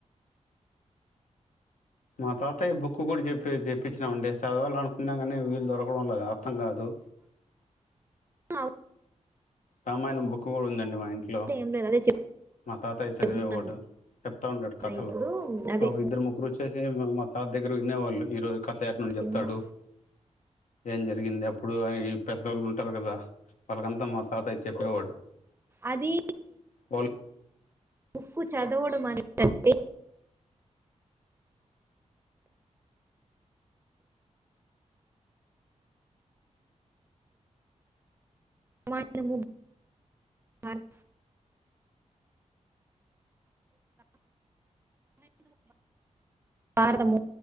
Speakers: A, on the left; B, on the right.
A: మా తాత ఈ బుక్ కూడా చెప్పి తెప్పించినన్ అండి చదవల అనుకున్నా కానీ వీళ్లుు దొరకడం లేదు అర్థం కాదు దో
B: అవ
A: రామాయణం బుక్ కూడా ఉందండి మా ఇంట్లో
B: ఏం లేదు అదే
A: మా తాతయ్య చదివే
B: చెప్తున్నాను
A: ఒకటి చెప్తా ఉంటాడు
B: కదా
A: కథలు
B: ఇప్పుడు అదే
A: ఒక ఇద్దరు ముగ్గురు వచ్చేసి మా త దగ్గర విన్ననేవాళ్ళు ఈరోజు కథ ఏట నుడి
B: చిన్న-
A: చెప్తాడు ఏం జరిగింది అప్పుడు ఈ పెద్దవాళ్ళు ఉంటారు కదా వాళ్ళకంతా మాత్రం తాత అయి చెప్పేవాడు
B: అది
A: వాళ్ళు
B: బోకు చదవడం అనికంటే మనము భారత భారతము